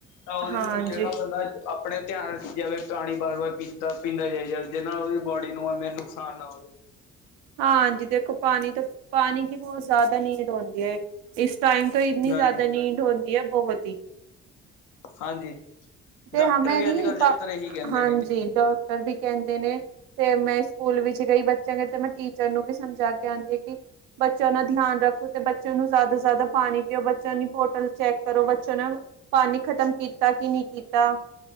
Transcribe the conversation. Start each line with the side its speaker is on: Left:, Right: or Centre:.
Left: ਤਾਂ ਉਹਦੇ
Right: ਹਾਂਜੀ।
Left: ਜਿਹੜਾ ਬੰਦਾ। ਆਪਣੇ ਧਿਆਨ ਰੱਖ ਜਾਵੇ, ਪਾਣੀ ਵਾਰ ਵਾਰ ਪੀਤਾ ਪੀਂਦਾ ਜਾਈ ਜਾਵੇ ਜਿਹਦੇ ਨਾਲ ਉਹਦੀ ਬੋਡੀ ਨੂੰ ਐਵੇਂ ਨੁਕਸਾਨ ਨਾ ਹੋਵੇ।
Right: ਹਾਂਜੀ, ਦੇਖੋ ਪਾਣੀ ਤਾਂ ਪਾਣੀ ਕੀ ਬਹੁਤ ਜ਼ਿਆਦਾ ਨੀਡ ਹੁੰਦੀ ਹੈ ਇਸ ਟਾਈਮ ਤੋਂ ਇੰਨੀ
Left: ਹਾਂਜੀ
Right: ਜ਼ਿਆਦਾ ਨੀਂਡ ਹੁੰਦੀ ਹੈ, ਬਹੁਤ ਹੀ
Left: ਹਾਂਜੀ
Right: ਤੇ
Left: ਡਾਕਟਰ
Right: ਹਮੈਂ
Left: ਵੀ
Right: ਨੀ,
Left: ਅੱਜ ਕੱਲ੍ਹ ਜ਼ਿਆਦਾਤਰ ਇਹੀ ਕਹਿੰਦੇ
Right: ਹਾਂਜੀ।
Left: ਨੇ।
Right: ਸਰ ਵੀ ਕਹਿੰਦੇ ਨੇ, ਤੇ ਮੈਂ ਸਕੂਲ ਵਿੱਚ ਗਈ ਬੱਚਿਆਂ ਦੇ ਤੇ ਮੈਂ ਟੀਚਰ ਨੂੰ ਵੀ ਸਮਝਾ ਕੇ ਆਉਂਦੀ ਹੈ ਕਿ ਬੱਚਿਆਂ ਦਾ ਧਿਆਨ ਰੱਖੋ, ਤੇ ਬੱਚਿਆਂ ਨੂੰ ਜ਼ਿਆਦਾ ਤੋਂ ਜ਼ਿਆਦਾ ਪਾਣੀ ਪੀਓ ਬੱਚਿਆਂ ਦੀ ਬੋਟਲ ਚੈੱਕ ਕਰੋ ਬੱਚਿਆਂ ਨੂੰ। ਪਾਣੀ ਖ਼ਤਮ ਕੀਤਾ ਕਿ ਨਹੀਂ ਕੀਤਾ